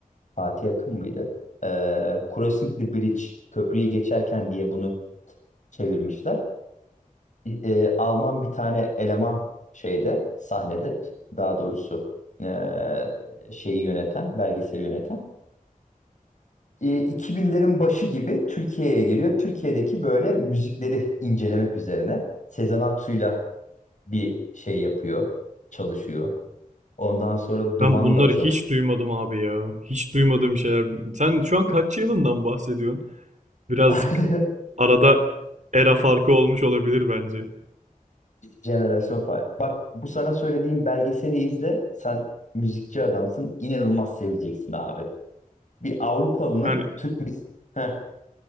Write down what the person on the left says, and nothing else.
Fatih Akın mıydı? Eee Crossing the Bridge, köprüyü geçerken diye bunu çevirmişler. e, Alman bir tane eleman şeyde sahnede daha doğrusu e, şeyi yöneten belgeseli yöneten e, 2000'lerin başı gibi Türkiye'ye geliyor. Türkiye'deki böyle müzikleri incelemek üzerine Sezen Aksu'yla bir şey yapıyor, çalışıyor. Ondan sonra Duman'la
çalışıyor.
<laughs>
Jenerasyon Fire. Bak bu sana söylediğim belgeseli izle. Sen müzikçi adamsın. İnanılmaz seveceksin abi. Bir Avrupalının
Türk müziği.